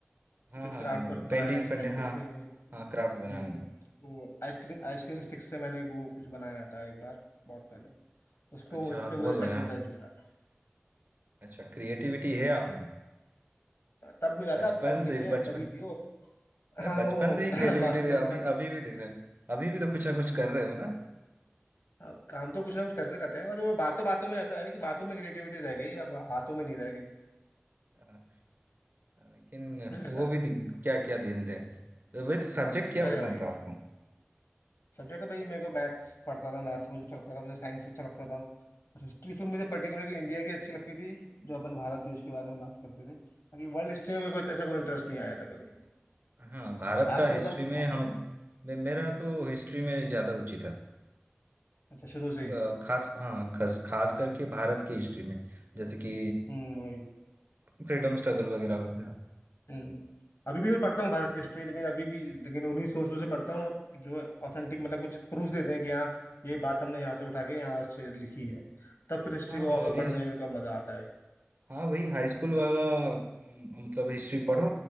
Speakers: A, on the right; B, on the left.
A: हाँ
B: कि कुछ
A: हाँ
B: क्राफ्ट वर्क
A: पेंटिंग
B: बनाया है इस
A: पेंटिंग
B: टाइप
A: हाँ
B: के उसमें और, हम्म
A: हाँ क्राफ्ट बनाने का
B: वो आइसक्रीम आइसक्रीम स्टिक से मैंने वो कुछ बनाया था एक बार बहुत पहले उसको
A: अच्छा
B: उस पे
A: बहुत
B: मुझे सेकंड
A: बढ़िया
B: प्राइज मिला था
A: अच्छा क्रिएटिविटी है आप में
B: तब मिला
A: बचपन
B: था अब अब नहीं
A: से
B: है अब
A: बचपन
B: तभी थी वो
A: अरे
B: हाँ
A: बचपन
B: वो
A: से ही
B: <laughs> <clears throat>
A: क्रिएटिविटी
B: मासूमियत
A: है।
B: के
A: अभी
B: साथ
A: अभी भी दिख रहे हैं अभी भी तो कुछ ना कुछ
B: हम्म,
A: कर
B: वही
A: रहे
B: मा-
A: हो ना
B: हाँ, काम तो कुछ ना कुछ करते रहते हैं बस वो बातों बातों में ऐसा है कि बातों में क्रिएटिविटी रह गई अब हाथों में नहीं रह गई
A: हाँ, लेकिन
B: ऐसा
A: वो
B: है
A: भी दिन- क्या क्या दिन थे तो वैसे सब्जेक्ट क्या
B: अरे
A: पसंद
B: भाई
A: था आपको
B: सब्जेक्ट तो भाई मेरे को मैथ्स पढ़ता था मैथ्स मुझे अच्छा लगता था मुझे साइंस अच्छा लगता था और हिस्ट्री फिर
A: अच्छा
B: मुझे
A: अच्छा
B: पर्टिकुलरली इंडिया की अच्छी लगती थी जो अपन भारत देश के बारे में बात करते थे बाकी वर्ल्ड हिस्ट्री में मेरे को ऐसा कोई इंटरेस्ट नहीं आया था कभी भी
A: हाँ भारत
B: आपको
A: का हिस्ट्री
B: बताओ
A: में
B: आपको
A: हम
B: बताओ
A: मे- मेरा तो हिस्ट्री में ज्यादा रुचि था
B: अच्छा शुरू से
A: अ,
B: ही
A: खास हाँ खास खास करके भारत की हिस्ट्री में जैसे कि
B: हम्म वही
A: फ्रीडम स्ट्रगल वगैरह वगैरह
B: हम्म अभी भी मैं पढ़ता हूँ भारत की हिस्ट्री लेकिन अभी भी लेकिन उन्हीं सोर्सों से पढ़ता हूँ आप जो ऑथेंटिक मतलब कुछ प्रूफ देते हैं कि हाँ ये बात हमने यहाँ से उठा के यहाँ से लिखी है तब फिर हिस्ट्री
A: हाँ
B: को
A: हाँ
B: और
A: अभी
B: पढ़ने में मेरे को मजा आता है
A: हाँ वही हाई स्कूल वाला हम्म, मतलब हिस्ट्री पढ़ो